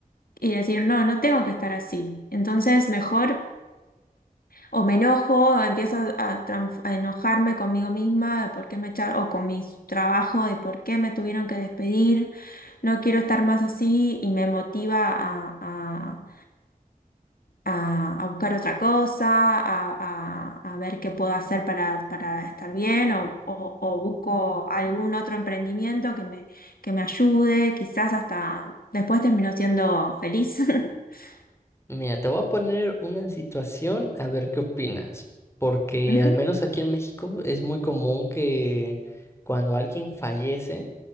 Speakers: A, on the left; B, on the left.
A: y decir, no, no tengo que estar así. Entonces, mejor o me enojo, o empiezo a, tran- a enojarme conmigo misma de por qué me echaron, o con mi trabajo de por qué me tuvieron que despedir. No quiero estar más así y me motiva a, a- a- a buscar otra cosa, a, a- a ver qué puedo hacer para, para estar bien, o, o- o busco algún otro emprendimiento que me, que me ayude. Quizás hasta después termino siendo feliz. <laughs>
B: Mira, te voy a poner una situación a ver qué opinas, porque
A: Ujú,
B: al menos aquí en México es muy común que cuando alguien fallece,